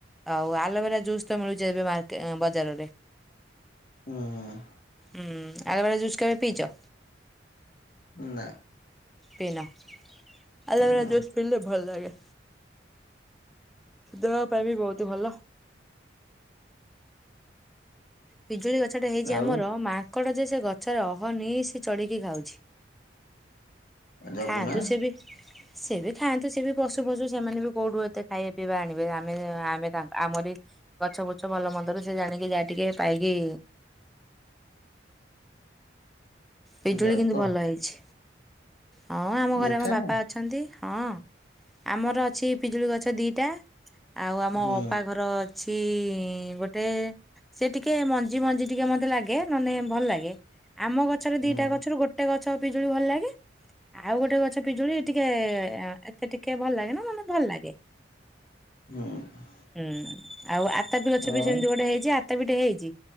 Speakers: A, in the centre; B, on the left.
A: ଆଉ ଆଲୋବେରା ଜୁସ୍ ତ ମିଳୁଛି ଏବେ ମାର୍କ ବଜାରରେ।
B: ହୁଁ
A: ହୁଁ ଆଲୋଭେରା ଜୁସ କେବେ ପିଇଚ?
B: ନା।
A: ପିନ ଆଲୋବେରା
B: ନା
A: ଜୁସ ପିଇଲେ ଭଲ ଲାଗେ। ଦେହ ପାଇଁ ବି ବହୁତ ଭଲ। ପିଜୁଳି ଗଛଟେ ହେଇଚି
B: ଆଉ
A: ଆମର ମାଙ୍କଡ଼ ଯେ ସେ ଗଛରେ ଅହନିଶି ଚଢ଼ିକି ଖାଉଛି।
B: ଜଗୁନା
A: ଖାନ୍ତୁ ସେ ବି। ସେ ବି ଖାଆନ୍ତୁ ସେ ବି ପଶୁ ପଶୁ ସେମାନେ ବି କୋଉଠୁ ଏତେ ଖାଇବା ପିଇବା ଆଣିବେ ଆମେ ଆମେ ତାଙ୍କ ଆମରି ଗଛ ଗୁଛ ଭଲ ମନ୍ଦରୁ ସେ ଜାଣିକି ଯାହା ଟିକେ ପାଇକି ପିଜୁଳି
B: ଜଗ
A: କିନ୍ତୁ ଭଲ ହେଇଛି, ହଁ ଆମ ଘରେ
B: ମିଠା
A: ଆମ ବାପା
B: ନା
A: ଅଛନ୍ତି, ହଁ ଆମର ଅଛି ପିଜୁଳି ଗଛ ଦିଟା। ଆଉ ଆମ
B: ହୁଁ
A: ଅପା ଘର ଅଛି ଗୋଟେ। ସେ ଟିକେ ମଞ୍ଜି ମଞ୍ଜି ଟିକେ ମତେ ଲାଗେ ନନେ ଭଲ ଲାଗେ, ଆମ ଗଛରେ
B: ହୁଁ
A: ଦିଟା ଗଛରୁ ଗୋ ଟେ ଗଛ ପିଜଳି ଭଲ ଲାଗେ। ଆଉ ଗୋଟେ ଗଛ ପିଜୁଳି ଟିକେ ଏତେ ଟିକେ ଭଲ ଲାଗେ ନା ମତେ ଭଲ ଲାଗେ।
B: ହୁଁ
A: ହୁଁ ଆଉ ଆତାପି ଗଛ
B: ଆଉ
A: ବି ସେମିତି ଗୋଟେ ହେଇଚି ଆ ତାପି ଟେ ହେଇଚି ହେଇଛି